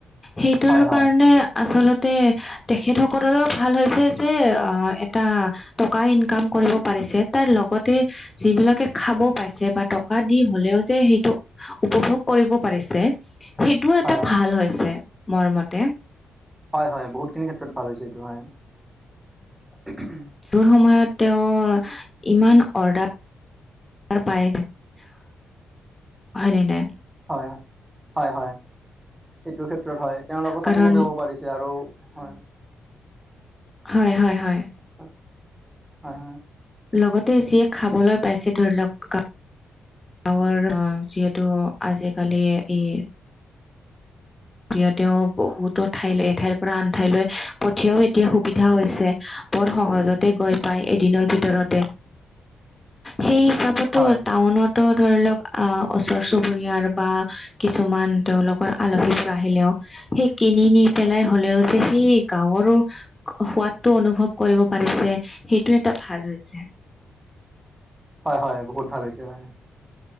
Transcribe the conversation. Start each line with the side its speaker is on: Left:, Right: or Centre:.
Left: সেইটোৰ
Right: হয় হয় হয়
Left: কাৰণে আচলতে তেখেতসকলৰো ভাল হৈছে যে আ এটা টকা ইনকাম কৰিব পাৰিছে। তাৰ লগতে যিবিলাকে খাব পাইছে বা টকা দি হ'লেও যে সেইটো উপভোগ কৰিব পাৰিছে সেইটোও এটা
Right: হয় হয়
Left: ভাল হৈছে মোৰ মতে।
Right: হয় হয় বহুতখিনি ক্ষেত্ৰত ভাল হৈছে এইটো হয়। <unintelligible>
Left: বহুত সময়ত তেওঁ ইমান অৰ্ডাৰ অৰ্ডাৰ পায় হয় নে নাই?
Right: হয় হয় হয় সেইটো ক্ষেত্ৰত হয়, তেওঁলোকো
Left: কাৰণ
Right: স্বাৱলম্বী হ'ব পাৰিছে আৰু হয়।
Left: হয় হয় হয়
Right: হয় হয়
Left: লগত তে যিয়ে খাবলৈ পাইছে ধৰি লওক গা গাঁৱৰ অ যিহেতু আজিকালি এই সিহঁতেও বহুতো ঠাইলে এঠাইৰ পৰা আন ঠাইলৈ পঠিয়াও এতিয়া সুবিধা হৈছে বৰ সহজতে গৈ পাই এদিনৰ ভিতৰতে সেই হিচাপ তটো
Right: হয়
Left: টাউনত টো ধৰি লওক আহ ওচৰ-চুবুৰীয়াৰ বা কিছুমান তেওঁলোকৰ আলহী আহিলেও সেই কিনি নি পেলাই হ'লেও যে সেই গাঁৱৰো সোৱাদটো অনুভৱ কৰিব পাৰিছে সেইটো এটা ভাল হৈছে।
Right: হয় হয় বহুত ভাল হৈছে হয়।